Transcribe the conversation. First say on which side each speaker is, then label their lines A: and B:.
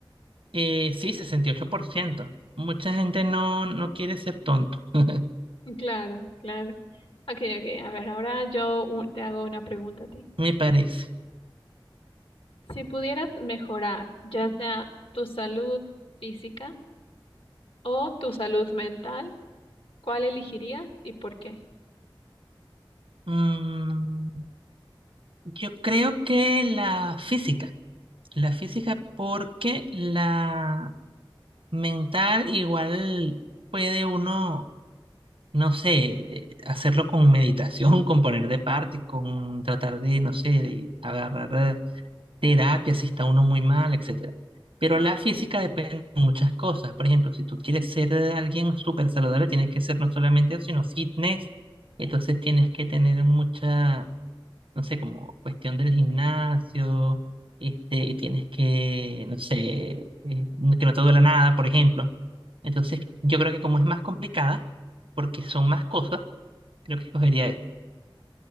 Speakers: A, on the right; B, on the left.
A: eh, sí, sesenta y ocho por ciento Mucha gente no, no quiere ser tonto, <laughs>
B: Claro, claro. Ok, ok. A ver, ahora yo u- te hago una pregunta a ti.
A: me parece.
B: Si pudieras mejorar, ya sea tu salud física o tu salud mental, ¿cuál elegirías y por qué?
A: Mm, yo creo que la física. La física porque la mental igual puede uno, no sé, eh, hacerlo con meditación, <laughs> con poner de parte, con tratar de, no sé, de agarrar terapia si está uno muy mal, etcétera. Pero la física depende de muchas cosas. Por ejemplo, si tú quieres ser alguien súper saludable, tienes que ser no solamente eso, sino fitness. Entonces tienes que tener mucha no sé, como cuestión del gimnasio, este, y tienes que, no sé, eh, no, que no te duela nada, por ejemplo. Entonces, yo creo que como es más complicada, porque son más cosas, creo que escogería eso.